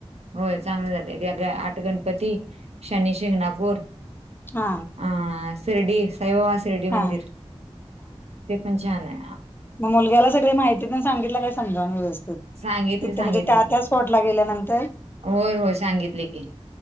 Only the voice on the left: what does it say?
हां.
हा
म मुलग्याला सगळी माहिती तेन सांगितला काय समजावन व्यस्थ. तिथं
म्हणजे त्या
त्या स्पॉटला गेल्यानंतर